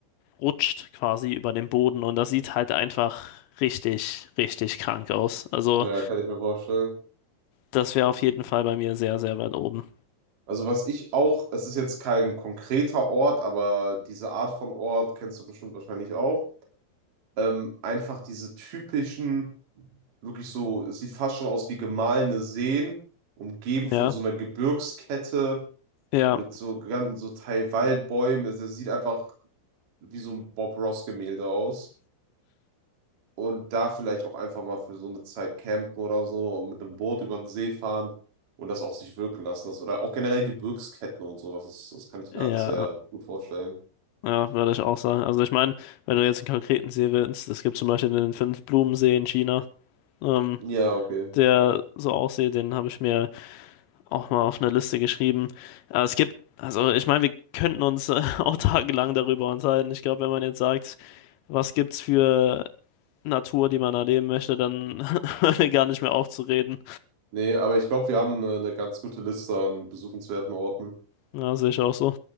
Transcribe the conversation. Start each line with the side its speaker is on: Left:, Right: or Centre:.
Left: rutscht quasi über den Boden und das sieht halt einfach richtig, richtig krank aus. Also,
Right: ja, kann ich mir vorstellen.
Left: das wäre auf jeden Fall bei mir sehr, sehr weit oben.
Right: Also was ich auch, es ist jetzt kein konkreter Ort, aber diese Art von Ort kennst du bestimmt wahrscheinlich auch. ähm, einfach diese typischen, wirklich so, es sieht fast schon aus wie gemahlene Seen, umgeben
Left: Ja,
Right: von so einer Gebirgskette
Left: ja,
Right: mit so ganz, so Teil Waldbäumen. Es es sieht einfach wie so ein Bob Ross-Gemälde aus. Und da vielleicht auch einfach mal für so eine Zeit campen oder so und mit einem Boot über den See fahren und das auf sich wirken lassen. Das, oder auch generell Gebirgsketten und sowas. Das, das kann ich
Left: ja,
Right: mir alles sehr gut vorstellen.
Left: ja, würde ich auch sagen. Also, ich meine, wenn du jetzt einen konkreten See willst, es gibt zum Beispiel den Fünf-Blumen-See in China, ähm,
Right: Ja, okay.
Left: der so aussieht, den habe ich mir auch mal auf eine Liste geschrieben. Äh, es gibt, also, ich meine, wir könnten uns äh, <laughs> auch tagelang darüber unterhalten. Ich glaube, wenn man jetzt sagt, was gibt's für Natur, die man erleben möchte, dann <laughs> hört mir gar nicht mehr auf zu reden.
Right: Nee, aber ich glaube, wir haben eine, eine ganz gute Liste an besuchenswerten Orten.
Left: Ja, sehe ich auch so.